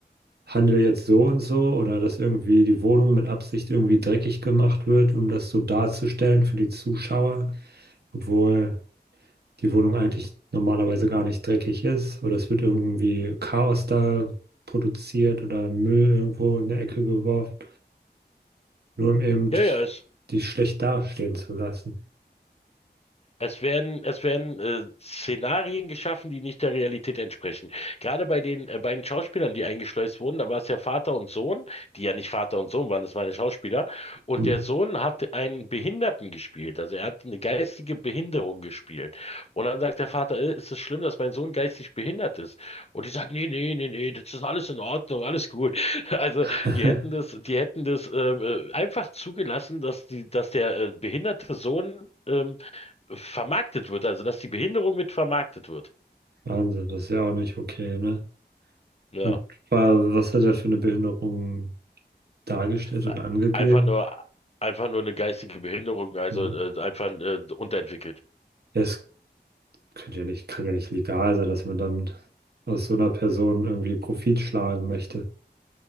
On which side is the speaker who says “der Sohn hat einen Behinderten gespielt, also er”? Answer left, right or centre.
Left